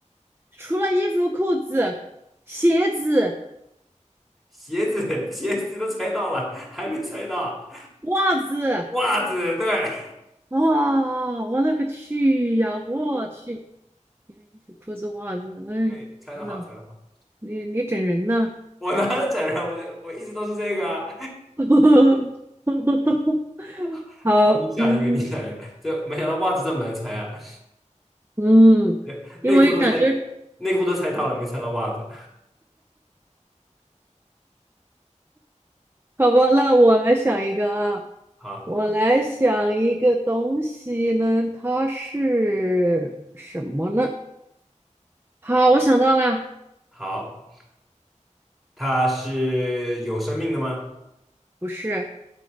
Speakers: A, on the right (about 20°); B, in the centre.
A: 除了衣服、裤子、鞋子、
B: 鞋子，<laughs> 鞋子都猜到了，还没猜到，
A: 袜子。
B: 袜子，对，
A: 哇，我勒个去呀！我去，你看衣服、裤子、袜子，
B: <laughs>
A: 哎，
B: 对，猜得好，
A: 天呐，
B: 猜得好，
A: 你你整人呢？
B: 我哪有整人，我我一直都是这个啊。
A: <laughs>
B: <laughs>
A: 好，
B: 好，你想一个，
A: 嗯
B: 你想一个，这没想到袜子这么难猜啊，
A: 嗯，
B: <laughs>
A: 因为感觉
B: 内裤都猜，内裤都猜到了，没猜到袜子。
A: 好吧，那我来想一个啊，
B: 好，
A: 我来想一个东西呢，它是什么呢？好，我想到了，
B: 好，它是有生命的吗？
A: 不是，